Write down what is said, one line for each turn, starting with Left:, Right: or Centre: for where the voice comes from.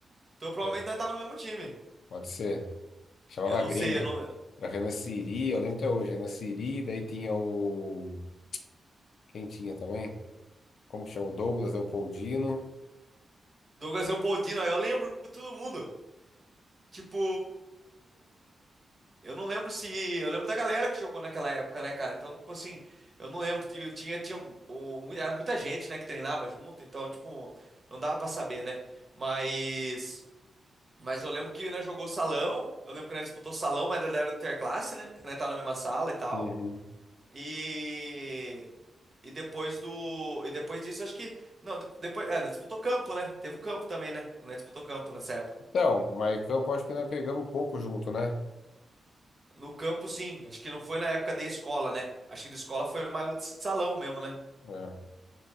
Right: Então provavelmente
Left: eu-
Right: nós tava no mesmo time.
Left: pode ser. Chamava
Right: Eu não
Left: Grêmio.
Right: sei, eu não lembro.
Left: Era Renan Siri, eu lembro até hoje. Renan Siri, daí tinha o. Quem tinha também? Como chama? O Douglas Leopoldino.
Right: Douglas Leopoldino, aí eu lembro de todo mundo. Tipo, eu não lembro se. Eu lembro da galera que jogou naquela época, né, cara? Então, tipo assim, eu não lembro. Eu tinha, tinha o, mu- era muita gente, né, que treinava junto, então, tipo, não dava pra saber, né? Mas. Mas eu lembro que, né, jogou salão. Eu lembro que nós disputou salão, mas ainda era interclasse, né? Que nós tá na mesma sala e tal.
Left: Uhum.
Right: E. E depois do. E depois disso, acho que. Não, de- depois. É, nós disputou campo, né? Teve o campo também, né? Nós disputou campo nessa época.
Left: Então, mas campo acho que nós pegamos pouco junto, né?
Right: No campo, sim. Acho que não foi na época da escola, né? Acho que da escola foi mais o de salão mesmo, né?
Left: É.